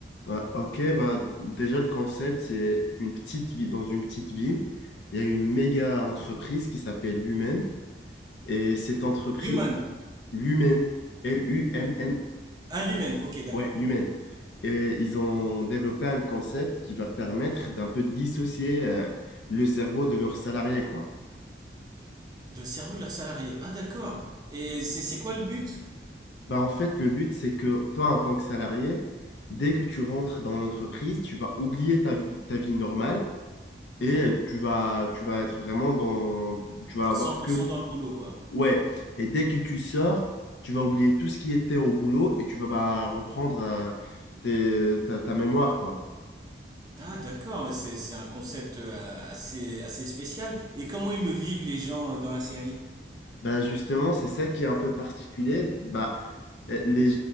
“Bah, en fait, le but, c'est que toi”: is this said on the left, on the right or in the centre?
Left